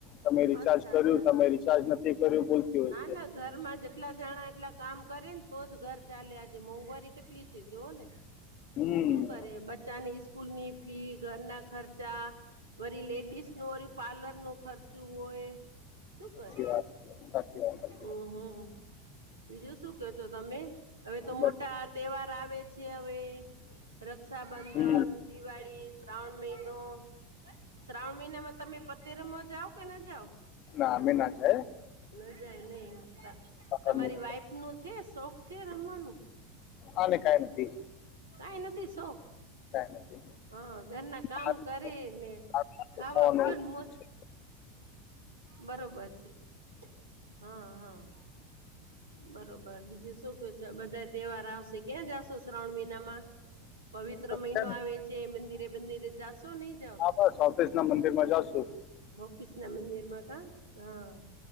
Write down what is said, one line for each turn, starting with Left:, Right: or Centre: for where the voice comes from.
Left: તમે રિચાર્જ
Right: અચ્છા
Left: કર્યું,
Right: અચ્છા
Left: તમે રિચાર્જ નથી કર્યું બોલતી હોય
Right: ના
Left: છે.
Right: ના ઘરમાં જેટલા જણા એટલા કામ કરે ને તો જ ઘર ચાલે. આજે મોંઘવારી કેટલી છે જોવોને
Left: હમ
Right: શું કરે, બચ્ચાની સ્કૂલની ફી, ઘરના ખર્ચા રી લેડીસ નું ઓર્યુ પાર્લર નું ખર્ચું હોય, શું કરે?
Left: હા, સાચી વાત. <unintelligible>
Right: અ હમ, બીજું શું ક્યો છો તમે, હવે તો
Left: બસ
Right: મોટા તેહવાર આવે છે હવે રક્ષાબંધન,
Left: હમ
Right: દિવાળી, શ્રાવણ મહિનો. શ્રાવણ મહિના માં તમે પતે રમાં જાવ કે ના જાવ?
Left: ના અમે ના જાએ.
Right: ન જાય નય, ત તમારી
Left: અમે અમે
Right: વાઈફ નું છે શોખ છે રમવાનું?
Left: આને કઈ નથી
Right: કાય નથી સોખ?
Left: કાંય નથી.
Right: હ, ઘરના કામ
Left: આ-
Right: કરે ને,
Left: આ દુખાવાનું
Right: ખાવા પીઓ ને મોજ
Left: છે.
Right: બરોબર છે, હા -હા. બરોબર, બીજું શું ક્યો છો. બધા તેહવાર આવશે ક્યાં જાશો શ્રાવણ મહીનામાં. પવિત્ર
Left: તો
Right: મહીનો
Left: છે ને,
Right: આવે છે. મંદિરે બંદિરે જાશો નય?
Left: હા, બસ ઓફિસ ના મંદિર માં જાશું.
Right: હોફીશના મંદિરમાં કાં હા.